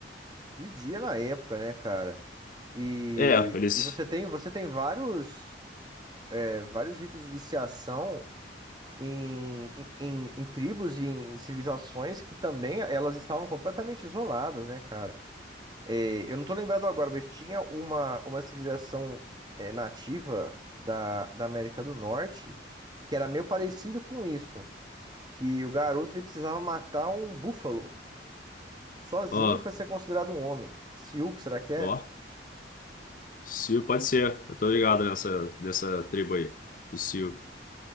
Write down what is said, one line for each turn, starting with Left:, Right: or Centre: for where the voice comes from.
Right: pedia na época, né, cara? E,
Left: É, eles.
Right: e você tem você tem vários É, vários ritos de iniciação em, em, em tribos e em civilizações que também elas estavam completamente isoladas, né, cara? É, eu não tô lembrado agora, mas tinha uma, uma civilização é, nativa da, da América do Norte que era meio parecida com isso, que o garoto ele precisava matar um búfalo sozinho
Left: Ó,
Right: para ser considerado um homem. Sioux, será que é?
Left: ó. Sil, pode ser. Eu tô ligado nessa, nessa tribo aí. do Sil.